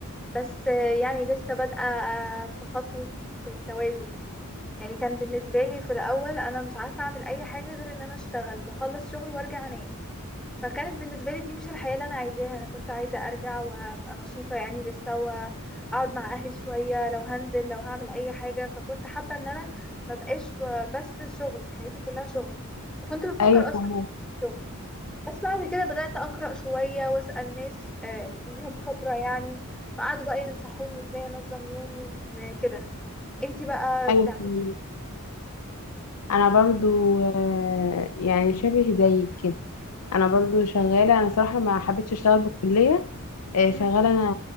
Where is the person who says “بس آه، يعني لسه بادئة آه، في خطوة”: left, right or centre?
Centre